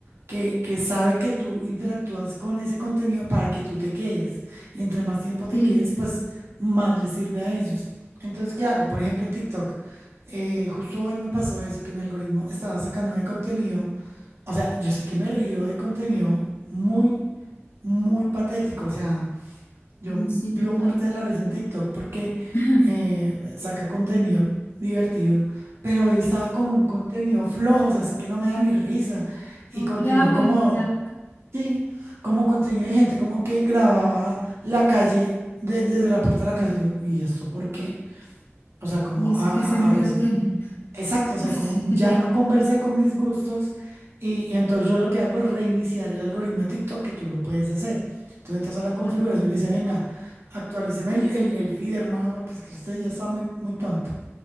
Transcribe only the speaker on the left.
sí,
sí,
sí,
total.
<laughs>
Como
que, ah, bueno,
ya.
¿Y eso
qué sentido
tiene?
<laughs> Sí.
Ah,